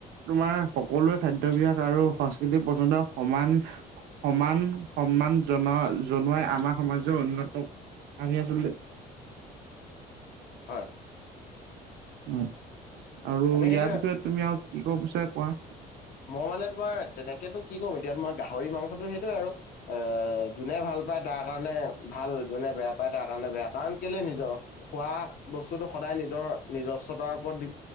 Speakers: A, on the right; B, on the left.
A: তোমাৰ সকলোৱে খাদ্য বিয়াস আৰু সংস্কৃতিক পচন্দ সমান সমান সন্মান জনোৱা- জনোৱাই আমাৰ সমাজৰ অন্যতম আমি আচলতে
B: হয়।
A: উম, আৰু
B: মানে
A: ইয়াৰ
B: সেইটোয়ে
A: বিষয়ে তুমি আৰু কি ক'ব বিচাৰা কোৱা।
B: মই মানে তোমাৰ তেনেকেনো কি কম এতিয়া তোমাৰ, গাহৰি মাংসটো সেইটোৱে আৰু এ, যোনে ভাল পায় তাৰ কাৰণে ভাল, যোনে বেয়া পায় তাৰ কাৰণে বেয়া, কাৰণ কেলে নিজৰ খোৱা বস্তুটো সদায় নিজৰ নিজস্বতাৰ ওপৰত দি